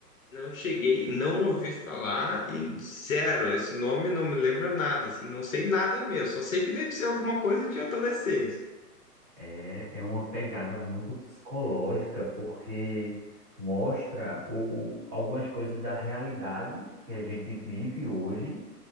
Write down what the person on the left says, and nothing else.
Não cheguei, não ouvi falar e zero, esse nome não me lembra nada, assim, não sei nada mesmo, só sei que deve ser alguma coisa de adolescência.